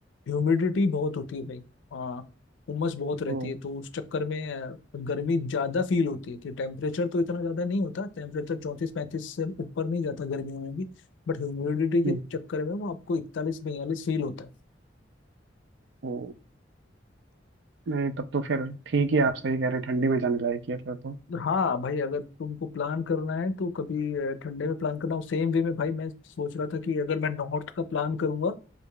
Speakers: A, on the left; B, on the right.
A: ह्यूमिडिटी बहुत होती है भाई वहाँ उमस बहुत रहती
B: ओ
A: है तो उस चक्कर में अ, गर्मी ज्यादा फील होती है कि टेम्परेचर तो इतना ज्यादा नहीं होता टेम्परेचर चौंतीस पैंतीस से ऊपर नहीं जाता गर्मियों में भी बट ह्यूमिडिटी
B: हम्म,
A: के चक्कर में वो आपको इकतालीस बयालीस फील होता है
B: ओ नहीं तब तो फिर ठीक ही आप सही कह रहे हैं ठंडी में जाने लायक ही है फिर तो
A: हाँ भाई अगर तुमको प्लान करना है तो कभी अ, ठंडे में प्लान करना हो सेम वे में भाई मैं सोच रहा था कि अगर मैं नॉर्थ का प्लान करूंगा